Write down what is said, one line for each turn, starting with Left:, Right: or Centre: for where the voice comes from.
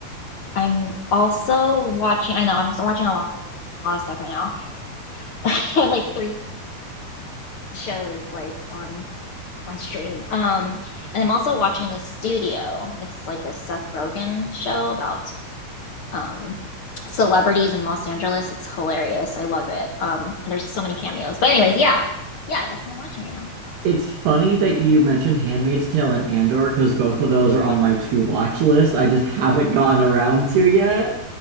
Left: I'm also watching I know I'm watching a lot, lot of stuff right now. <laughs> I have like three shows like on on stream. Um, and I'm also watching The Studio. It's like the Seth Rogen show about um celebrities in Los Angeles. It's hilarious. I love it. Um, and there's so many cameos. But anyways, yeah, yeah, that's what I'm watching right now.
Right: it's funny that you mentioned Handmaid's Tale and Andor because both of those are on my to watch list. I just <laughs> haven't gotten around to yet.